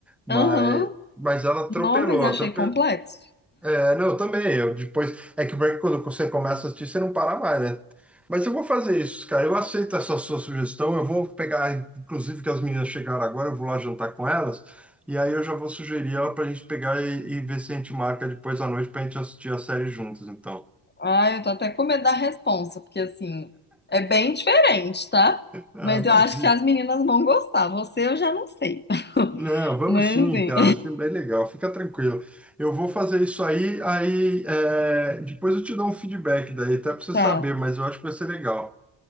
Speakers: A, in the centre; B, on the left.
A: Mas,
B: Aham.
A: mas ela atropelou,
B: Não, mas achei
A: atropelou.
B: complexo.
A: É, não, eu também. Eu depois. É que o break, quando você começa a assistir, você não para mais, né? Mas eu vou fazer isso, cara. Eu aceito essa sua sugestão. Eu vou pegar, inclusive, que as meninas chegaram agora, eu vou lá jantar com elas. E aí eu já vou sugerir ela pra gente pegar e, e ver se a gente marca depois à noite pra gente assistir a série juntos, então.
B: Ah, eu tô até com medo da resposta, porque assim, é bem diferente, tá?
A: Ah,
B: Mas
A: imagina.
B: eu acho que as meninas vão gostar. Você eu já não sei. <laughs>
A: Não, vamos
B: Mas
A: sim,
B: assim,
A: cara. Acho que é bem legal. Fica tranquilo. Eu vou fazer isso aí, aí é, depois eu te dou um feedback daí, até pra você
B: <laughs> tá.
A: saber, mas eu acho que vai ser legal.